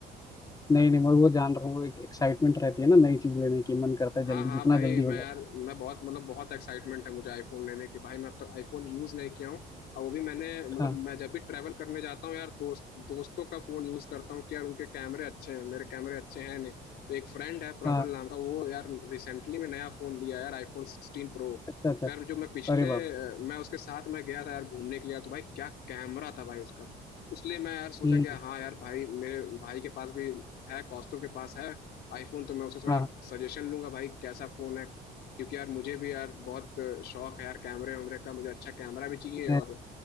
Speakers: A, on the left; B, on the left.
A: नहीं नहीं मैं वो जान रहा हूँ एक एक्साइटमेंट रहती है ना नई चीज लेने की मन करता है
B: हाँ
A: जल्दी
B: हाँ
A: जितना
B: भाई
A: जल्दी हो
B: मैं
A: जाए
B: यार मैं बहुत मतलब बहुत एक्साइटमेंट है मुझे आईफोन लेने की भाई मैं अब तक आईफोन यूज़ नहीं किया हूँ और वो भी मैंने मतलब
A: हाँ
B: मैं जब भी ट्रैवल करने जाता हूँ यार दोस्त दोस्तों का फ़ोन यूज़ करता हूँ कि यार उनके कैमरे अच्छे हैं मेरे कैमरे अच्छे हैं नहीं तो एक फ्रेंड है प्रबल
A: हाँ
B: नाम का वो यार रिसेंटली में नया फ़ोन लिया यार आईफोन सिक्सटीन प्रो
A: अच्छा अच्छा
B: तो यार जो मैं पिछले
A: अरे बाप
B: अ, मैं उसके साथ मैं गया था यार घूमने के लिए तो भाई क्या कैमरा था भाई उसका उसलिए मैं यार सोचा
A: हम्म
B: कि हाँ यार भाई मेरे भाई के पास भी है कौस्तुभ के पास है आईफोन तो मैं उससे थोड़ा
A: हाँ हाँ
B: सजेशन लूंगा भाई कैसा फोन है क्योंकि यार मुझे भी यार बहुत अ, शौक है यार कैमरे वैमरे का मुझे अच्छा कैमरा भी चाहिए
A: नहीं
B: और